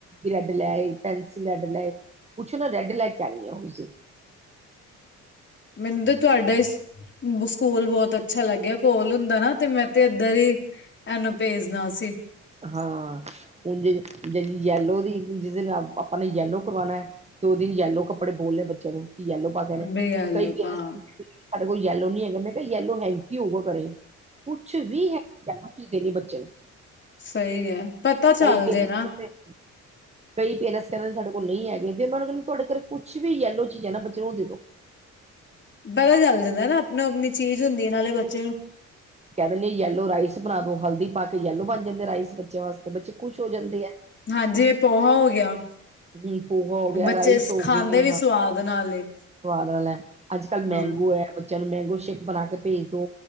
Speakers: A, on the right; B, on the left.
A: ਰੈਡ ਲੈਏ, ਪੈਨਸਿਲ ਰੈਡ ਲਏ ਕੁਛ ਨਾ ਰੈੱਡ ਲੈ ਕੇ ਆਯੋ <unintelligible> ਤੁਸੀ
B: ਮੈਨ ਤਾਂ ਤੁਹਾਡਾ ਸਕੂਲ ਬੋਤ ਅੱਛਾ ਲੱਗਿਆ ਕੋਲ ਹੁੰਦਾ ਨਾ ਤੇ ਮੈਂ ਤੇ ਏਧਰ ਹੀ ਏਹਨੂੰ ਭੇਜਨਾ ਸੀ
A: ਹਾਂ ਹੁਨ ਜਿਨ ਜੇਜ ਯੈਲੋ ਦੀ ਜਿਸ ਦਿਨ ਆਪਾਂ ਨੇ ਯੈਲੋ ਕਰਵਾਨਾਂ ਤੇ ਓਸ ਦਿਨ ਯੈਲੋ ਕੱਪੜੇ ਬੋਲਨੇ ਬੱਚੇਆਂ ਨੂੰ ਯੇਲੋ ਪਾ ਕੇ ਆਣੇ
B: ਬਈ ਐਲੋ
A: ਕਈ ਪਰੇਂਟਸ
B: ਪਾ
A: ਸਾਡੇ ਕੋਲ ਯੈਲੋ ਨੀ ਹੈਗਾ ਮੈਂ ਕਿਹਾ ਯੈਲੋ ਹੈਨਕੀ ਹੋਊਗਾ ਘਰੇ ਕੁਛ ਵੀ ਹੈ ਕੀ ਕਰਿਏ ਬੱਚੇਆ ਨੂੰ
B: ਸਹੀ ਹੈ। ਪਤਾ ਚੱਲ
A: ਕਈ ਪੇਰੈਂਟਸ
B: ਜੇ ਨਾ
A: ਕੋਲ ਤੇ
B: <inaudible> <inaudible>
A: ਕਈ ਪੇਰੈਂਨਸ ਕਹਿੰਦੇ ਸਾਡੇ ਕੋਲ ਨਈ ਹੈਗੇ ਫੇਰ ਮੈਂ ਓਨਾ ਨੂੰ ਕਹਿੰਨੀ ਤੁਹਾਡੇ ਘਰੇ ਕੁਛ ਵੀ ਯੇਲੋ ਚੀਜ਼ ਹੈ ਨਾ ਬੱਚੇ ਨੂੰ ਓ ਦੇ ਦੋ
B: ਪਤਾ ਚੱਲ ਜਾਂਦਾ ਨਾ ਅਪਨੀ- ਅਪਨੀ ਚੀਜ਼ ਹੁੰਦੀ ਹੈ ਨਾਲੇ ਬੱਚੇ ਨੂੰ
A: ਕਹਿ ਦਿੰਦੇ ਆ ਯੈਲੋ ਰਾਈਸ ਬਣਾ ਦੋ ਹਲਦੀ ਪਾ ਕੇ ਯੈਲੋ ਬਨ ਜਾਂਦੇ ਰਾਈਸ ਬੱਚੇਆਂ ਵਾਸਤੇ ਬੱਚੇ ਖੁਸ਼ ਹੋ ਜਾਂਦੇ ਏ।
B: ਹਾਂਜੀ ਇਹ ਪੋਹਾ ਹੋ ਗਿਆ।
A: ਹੂੰ ਪੋਹਾ ਹੋ ਗਿਆ
B: ਬੱਚੇ
A: ਰਾਈਸ ਹੋ
B: ਖਾਂਦੇ
A: ਗਏ
B: ਵੀ ਸਵਾਦ ਨਾਲੇ।
A: ਸਵਾਦ ਨਾਲ ਹੈ ਅੱਜ ਕੱਲ੍ਹ ਮੈਂਗੋ
B: ਹਾਂ
A: ਹੈ। ਬੱਚੇਆਂ ਨੂੰ ਮੈਂਗੋ ਸ਼ੇਕ ਬਨਾ ਕੇ ਭੇਜ ਦੋ